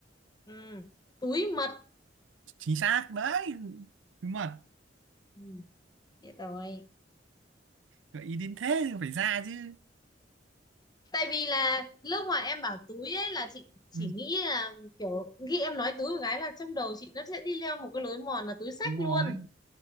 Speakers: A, on the left (about 20°); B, on the right (about 85°).
A: ừ. túi mật
B: chính xác đấy đúng mà
A: ừ. biết rồi
B: gợi ý đến thế thì phải ra chứ
A: tại vì là lúc mà em bảo túi ấy là chị chỉ
B: ừ,
A: nghĩ là kiểu khi em nói túi một cái là trong đầu chị nó sẽ đi leo một cái lối mòn là túi xách
B: đúng rồi
A: luôn